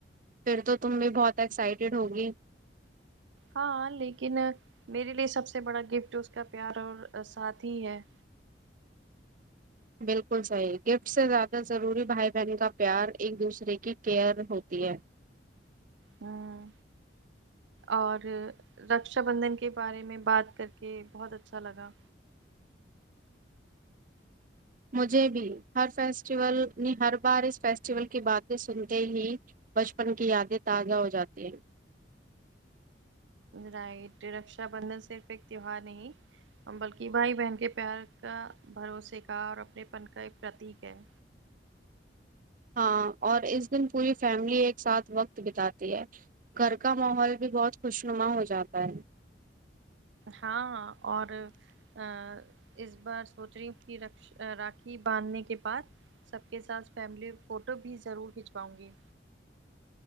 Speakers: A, on the right; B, on the right.
A: پھر تو تم بھی بہت ایکسائٹیڈ ہوگی
B: ہاں لیکن میرے لیے سب سے بڑا گفٹ اس کا پیار اور ساتھ ہی ہے
A: بالکل صحیح گفٹ سے زیادہ ضروری بھائی بہن کا پیار ایک دوسرے کی کیئر ہوتی ہے
B: ہاں اور رکشا بندھن کے بارے میں بات کر کے بہت اچھا لگا
A: مجھے بھی ہر فیسٹیول ہر بار اس فیسٹیول کی باتیں سنتے ہی بچپن کی یادیں تازہ ہو جاتی ہیں
B: رائٹ رکشا بندھن صرف ایک تیوار نہیں بلکہ بھائی بہن کے پیار کا بھروسے کا اور اپنے پن کا ایک پرتیک ہے
A: ہاں اور اس دن پوری فیملی ایک ساتھ وقت بتاتی ہے گھر کا ماحول بھی بہت خوش نما ہو جاتا ہے
B: ہاں اور ا اس بار سوچ رہی ہ کہ راکھی باندھنے کے بعد سب کے ساتھ فیملی فوٹو بھی ضرور کھنچواؤں گی